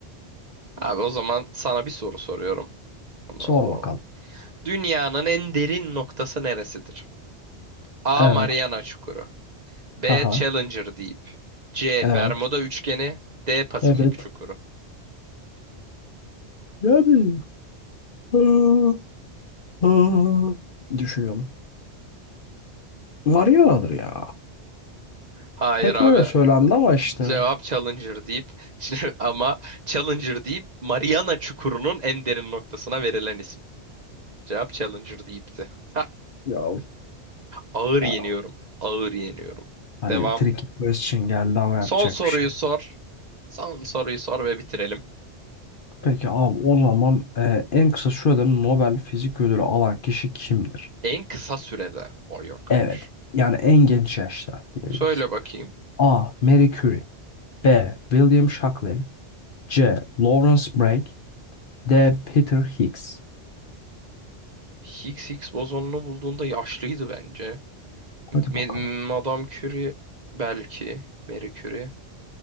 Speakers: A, on the right; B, on the left.
A: Abi o zaman sana bir soru soruyorum. Ama
B: Sor
A: Bu,
B: bakalım.
A: Dünyanın en derin noktası neresidir? A.
B: Evet.
A: Mariana Çukuru B.
B: Haha.
A: Challenger Deep C.
B: Evet.
A: Bermuda Üçgeni D. Pasifik
B: Evet.
A: Çukuru
B: Yani. Aa, aa. Düşünüyorum. Mariana'dır ya.
A: Hayır
B: Hep
A: abi
B: öyle söylendi ama işte.
A: cevap Challenger Deep <laughs> ama Challenger Deep Mariana Çukuru'nun en derin noktasına verilen isim. Cevap Challenger Deep'ti. <laughs> Hah,
B: Ya
A: ağır
B: Ya.
A: yeniyorum. Ağır yeniyorum.
B: Hani
A: Devam.
B: tricky question geldi ama
A: Son
B: yapacak
A: soruyu
B: bir şey.
A: sor.
B: yok.
A: Son soruyu sor ve bitirelim.
B: Peki abi o zaman e, en kısa sürede Nobel Fizik Ödülü alan kişi kimdir?
A: En kısa sürede. Vay arkadaş.
B: Evet. Yani en genç yaşta diyebiliriz.
A: Söyle bakayım.
B: A. Marie Curie B. William Shockley C. Lawrence Bragg D. Peter Higgs
A: Higgs Higgs bozonunu bulduğunda yaşlıydı bence. Me-
B: Hadi bakalım.
A: Madame Curie belki. Marie Curie.